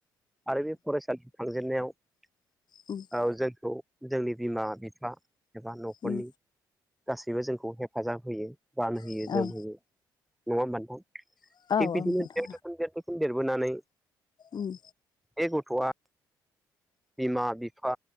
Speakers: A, in the centre; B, on the left (about 50°).
A: आरो बे फरायसालियाव थांजेननायाव
B: उम
A: जोंखौ जोंनि बिमा बिफा एबा न'खरनि
B: उम
A: गासैबो जोंखौ हेफाजाब होयो गानहोयो
B: औ
A: जोमहोयो
B: औ
A: नङा होमबा नोंथां।
B: औ
A: थिग
B: औ नोंथां
A: बिदिनो देरबो देरबोसिन देरबोनानै
B: उम
A: बे गथ'आ बिमा बिफा